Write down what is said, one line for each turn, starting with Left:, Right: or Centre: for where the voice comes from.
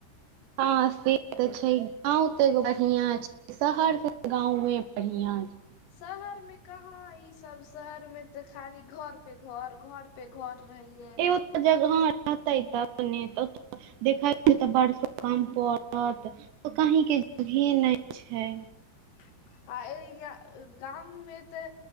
Right: हं से ते छय, गांव तो एगो बढ़िया छै। शहरके गांवे बढ़ियां छै।
Left: शहर में कहां ई सब, शहर में ते खाली घर पे घर घर पे घर रहै।
Right: ए ओत जगह रहतै तब ने तो ओत देखय में तऽ बर्षो कम पड़त तो कहीं के जगहे नहि छै।
Left: <inaudible> आय य गाम में तऽ